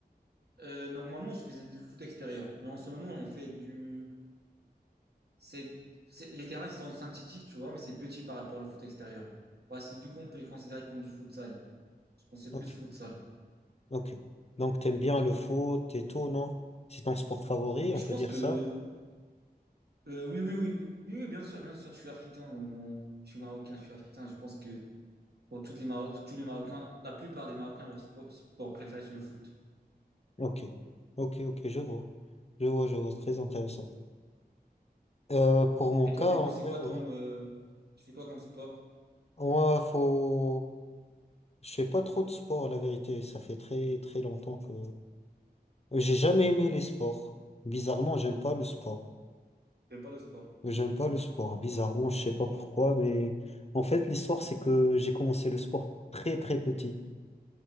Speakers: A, on the right; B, on the left.
A: Euh, normalement, je faisais du foot extérieur, mais en ce moment, on fait du C'est, c'est- les terrains ils sont synthétiques, tu vois, mais c'est petit par rapport au foot extérieur. Ouais, c'est du coup, on peut les considérer comme du futsal. Je pense que c'est
B: Ok,
A: plus futsal.
B: ok. Donc, t'aimes bien le foot et tout, non? C'est ton sport favori,
A: Oui, je
B: on peut
A: pense
B: dire
A: que,
B: ça?
A: euh, oui, oui, oui, oui, oui, oui, bien sûr, bien sûr. Je suis africain, euh, mon, je suis marocain, je suis africain. Je pense que pour toutes les Maro- tous les Marocains, la plupart des Marocains, leur sport, sport préféré, c'est le foot.
B: Ok, ok, ok, je vois. Je vois, je vois, très intéressant. Euh, pour mon
A: Et
B: cas,
A: toi, du
B: en
A: coup, c'est
B: vrai,
A: quoi
B: ouais,
A: ton, euh, tu fais quoi comme sport?
B: moi, faut... Je fais pas trop de sport, la vérité. Ça fait très, très longtemps que... J'ai jamais aimé les sports. Bizarrement, j'aime pas le sport.
A: T'aimes pas le sport?
B: J'aime pas le sport. Bizarrement, je sais pas pourquoi, mais... En fait, l'histoire, c'est que j'ai commencé le sport très, très petit.